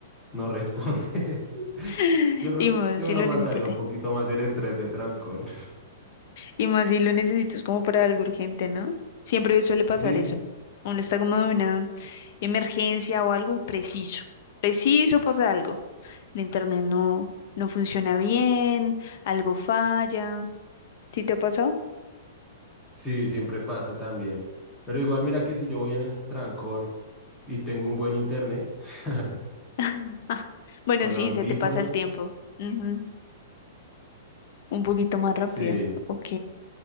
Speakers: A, in the centre; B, on the left.
A: no responde.
B: <laughs>
A: <laughs> Yo creo
B: Y más
A: que
B: si
A: me
B: lo
A: aguantaría
B: necesitas. de-
A: un poquito más el estrés del trancón. <laughs>
B: Y más si lo necesitas como para algo urgente, ¿no? Siempre suele
A: Sí,
B: pasar eso. Uno está como de una emergencia o algo y preciso. Preciso pasa algo. el internet no, no funciona bien, algo falla. ¿Sí te ha pasado?
A: sí, siempre pasa también. Pero igual mira que si yo voy en el trancón y tengo un buen internet <laughs>
B: <laughs> Ah, bueno,
A: con
B: sí,
A: audífonos,
B: se te pasa el tiempo. Ujú, Un poquito más rápido.
A: sí,
B: Ok,